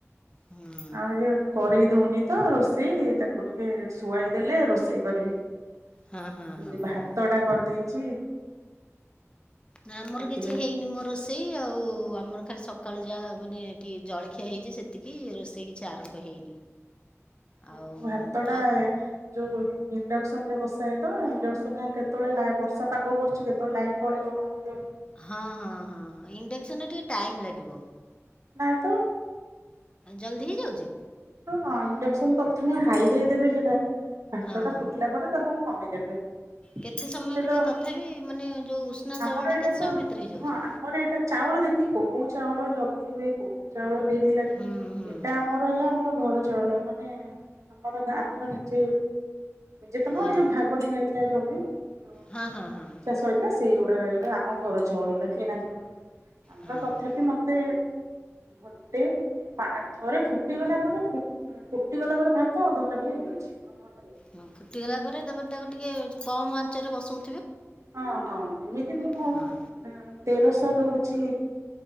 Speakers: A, on the left; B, on the right.
A: ହୁଁ
B: ଆଉ ଇଏ କରରେଇ ଦଉନି ତ ରୋଷେଇ ତାକୁ ଟିକେ ଶୁଆଇ ଦେଲେ ରୋଷେଇ କରିବି। ଖାଲି
A: ହଁ ହଁ ହଁ
B: ଭାତ
A: ହଁ
B: ଟା କରିଦେଇଛି।
A: ନା ଆମର
B: ସେଥିପାଇଁ
A: କିଛି ହେଇନି ମ ରୋଷେଇ ଆଉ ଆମର ଖାଲି ସକାଳୁ ଯାହା ମାନେ ଟିକେ ଜଳଖିଆ ହେଇଚି ସେତିକି ରୋଷେଇ କିଛି ଆରମ୍ଭ ହେଇନି। ଆଉ
B: ନାଇଁ ମୋ ଭାତ ଟା
A: ଆଉ
B: ଯୋଉ ଇଣ୍ଡକ୍ସନ ରେ ବସାଏ ତ ଇଣ୍ଡକ୍ସନ ଆଉ କେତବେଳେ ଲା ବର୍ଷା ପାଗ କରୁଚି କେତବେଳେ ଲାଇନ୍ ପଳେଇବ କଣ କରିବ।
A: ହଁ ହଁ ହଁ ହଁ ଇଣ୍ଡକ୍ସନ ରେ ଟିକେ ଟାଇମ ଲାଗିବ।
B: ନା ତ।
A: ଜଲଦି ହେଇଯାଉଛି?
B: ହଁ ଇଣ୍ଡକ୍ସନ ପ୍ରଥମେ ହାଇ ଦେଇଦେବେ ସେଇଟା ଭାତ
A: ହଁ
B: ଟା
A: ହଁ
B: ଫୁଟିଲା ପରେ ତାକୁ ଆମେ କେବେ
A: କେତେ ସମୟ
B: ଏତେ
A: ଭିତରେ
B: ତ
A: ତଥାପି ମାନେ ଯୋଉ ଉଷୁନା
B: ଆମର
A: ଚାଉଳଟା
B: ଏଇଟା
A: କେତେ
B: ତ
A: ସମୟ ଭିତରେ ହେଇଯାଉଛି?
B: ହଁ ଆମର ଏଇଟା ଚାଉଳ ଦେଖିକି କୋଉ କୋଉ ଚାଉଳ ଜଲଦି ହୁଏ, କୋଉ ଚାଉଳ ଡେରି ଲାଗେ
A: ହୁଁ ହୁଁ
B: ଏଇଟା ଆମର ହେଲେ ଆମର ଘର ଚଳଳ ମାନେ ଆମର ଆମର ନିଜେ ଯେତେବେଳେ
A: ହଁ
B: ଏ ଯୋଉ ଭାଗ ଦିଆ ହେଇଥିଲା ଜମି। ହ <inaudible>
A: ହଁ
B: ହ
A: ହଁ ହଁ ହଁ
B: ଚାଷଥିଲା ସେଇ <unintelligible> ଏଇଟା ଆମ ଘର ଚାଉଳ ଗୁଡା କିନା ଚାଉଳ ନୁହଁ ଆମର
A: ହଁ।
B: ତଥାପି ମତେ ଘଟେ ଥରେ ଫୁଟିଗଲା ପରେ ଫୁଟି ଗଲା ପରେ ଭାତ ଅଧଘଣ୍ଟା ପରେ ହେଇଯାଉଛି। <unintelligible>
A: ହଁ ଫୁଟିଗଲା ପରେ ତାପରେ ତାକୁ ଟିକେ କମ୍ ଆଞ୍ଚରେ ବସୁ
B: ହଁ ହଁ ଏମିତି ମୁଁ
A: ହଁ।
B: ତେରଶହ ଦଉଛି